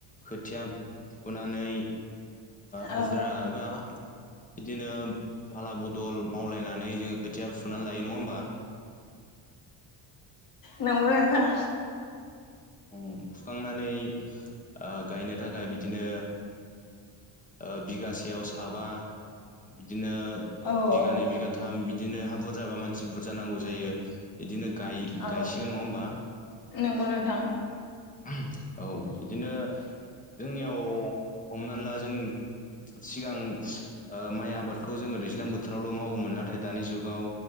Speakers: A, on the left; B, on the left.
A: खोथिया फुनानै
B: औ
A: हाजिरा एबा बिदिनो फाला बदल मावलायनानै जोङो खोथिया फुनानै लायो नङा होमबा
B: नंगौ नोंथां।
A: ओम फुखांनानै ओ गायनो थाखाय बिदिनो ओ बिगासेयाव साबा बिदिनो ओ
B: औ
A: बिघानै
B: औ
A: बिगाथाम बिदिनो हा बुरजाबा मानसि बुरजा नांगौ जायो इदिनो गाय-गायसिगोन
B: औ
A: नङा होमबा
B: नंगौ नोंथां
A: औ इदिनो जोंनियाव हमनानै ला जों सिगां ओ माइ आबादखौ जोङो दैज्लां बोथोरावल' मावोमोन नाथाय दानि जुगाव